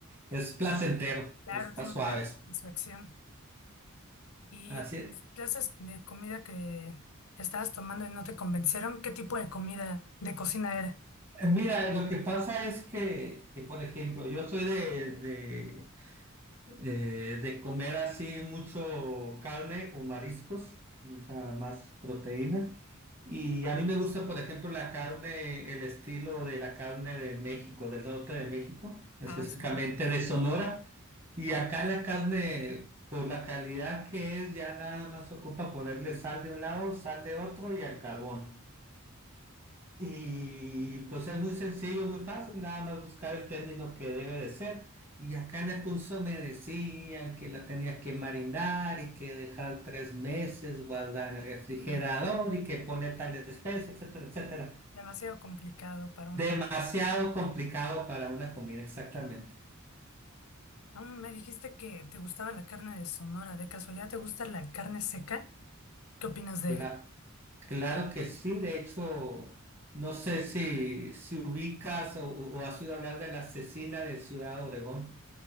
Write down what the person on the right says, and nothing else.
es placentero,
está
suave.
Así
es.
Eh, Mira, lo que pasa es que, que, por ejemplo, yo soy de, Eh, de comer así mucho carne o mariscos, mucha más proteína. Y a mí me gusta, por ejemplo, la carne, el estilo de la carne de México, del norte de México, específicamente
de Sonora. Y acá la carne, por la calidad que es, ya nada más ocupa ponerle sal de un lado, sal de otro y al carbón. Y pues es muy sencillo, muy fácil, nada más buscar el término que debe de ser. Y acá en el curso me decían que la tenía que marinar y que dejar tres meses guardada en el refrigerador
y que poner tal especie, etcétera, etcétera.
Demasiado complicado para una comida, exactamente.
Cla-
claro que sí, de hecho, no sé si, si ubicas o, o- o has oído hablar de la cecina de Ciudad Obregón.